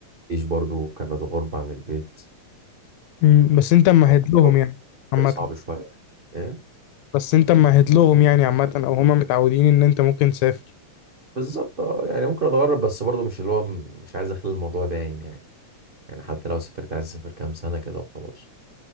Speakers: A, on the right (about 50°); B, on the left (about 75°).
A: وفيش برضو كانت غربة عن البيت
B: امم بس انت ممهد
A: كان
B: لهم يعني
A: بالنسبة
B: عامة
A: لي صعب شويه ايه
B: بس انت ممهد لهم يعني عامة او هما متعودين ان انت ممكن تسافر
A: بالظبط اه يعني ممكن اتغرب بس برضو مش اللي هو مش عايز اخلي الموضوع دايم يعني يعني حتى لو سافرت عايز اسافر كام سنه كده وخلاص